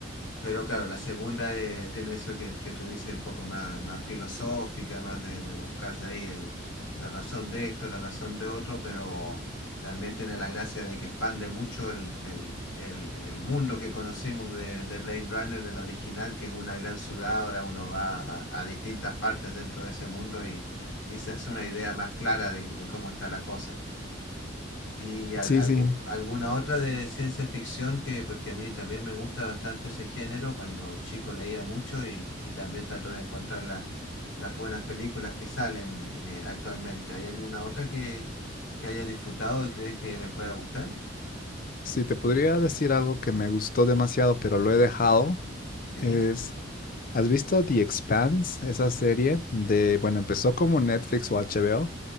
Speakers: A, on the left (about 70°); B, on the left (about 45°).
A: Pero claro, la segunda eh, tiene eso que, que tú dices un poco más, más filosófica, más de, de buscarse ahí el- la razón de esto, la razón de otro, pero también tiene la gracia de que expande mucho el, el- el- el mundo que conocimos de, de Blade Runner, el original, que es una gran ciudad, ahora uno va a, a distintas partes dentro de ese mundo y, y se hace una idea más clara de, de cómo está la cosa. Y al-
B: Sí,
A: algu-
B: sí.
A: alguna otra de ciencia ficción que, porque a mí también me gusta bastante ese género, cuando chico leía mucho y, y también trato de encontrar la- las buenas películas que salen eh, actualmente. ¿Hay alguna otra que, que hayas disfrutado y crees que me pueda gustar?
B: Si te podría decir algo que me gustó demasiado, pero lo he dejado,
A: Sí.
B: es, ¿has visto The Expanse? Esa serie de, bueno, empezó como Netflix o HBO